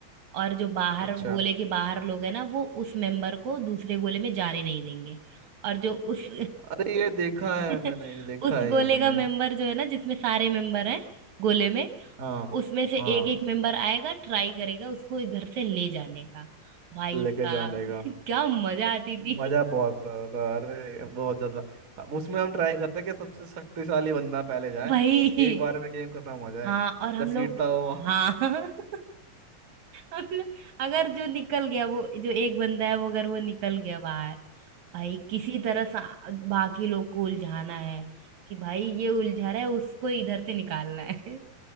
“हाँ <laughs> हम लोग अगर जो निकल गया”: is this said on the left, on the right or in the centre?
Right